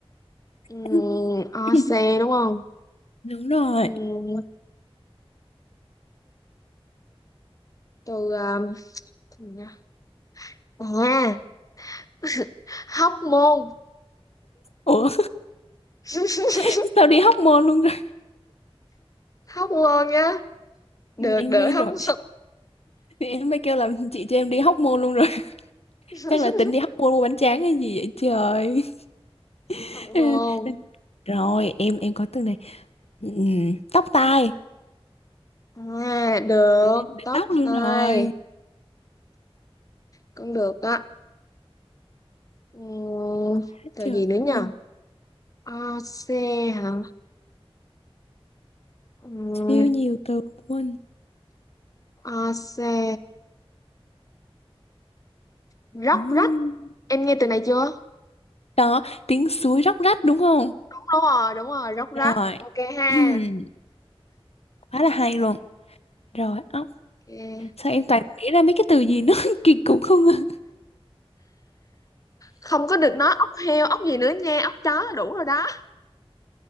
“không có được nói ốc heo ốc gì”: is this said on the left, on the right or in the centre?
Left